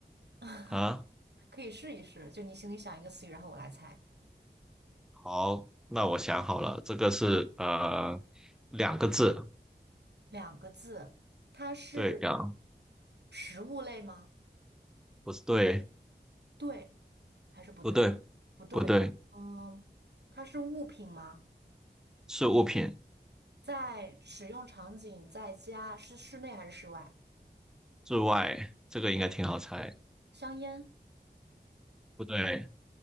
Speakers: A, on the right (about 75°); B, in the centre.
A: <laughs>
B: 啊，
A: 可以试一试。就你心里想一个词语，然后我来猜，
B: 好，那我想好了，这个是呃两个字，
A: 两个字，它是
B: 对呀，
A: 食物类吗？
B: 不是对，
A: 对还是不对？
B: 不对，
A: 不对，
B: 不对，
A: 嗯，它是物品吗？
B: 是物品
A: 在使用场景，在家是室内还是室外？
B: 之外，这个应该挺好猜。
A: 香烟，
B: 不对，